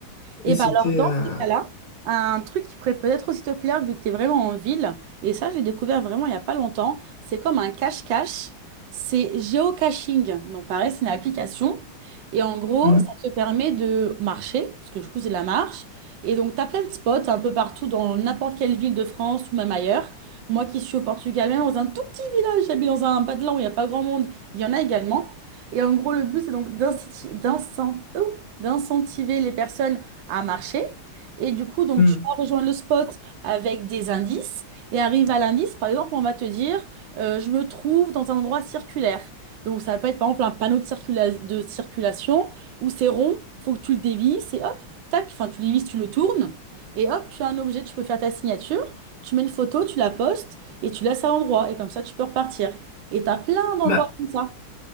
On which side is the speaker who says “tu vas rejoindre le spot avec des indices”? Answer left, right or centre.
Right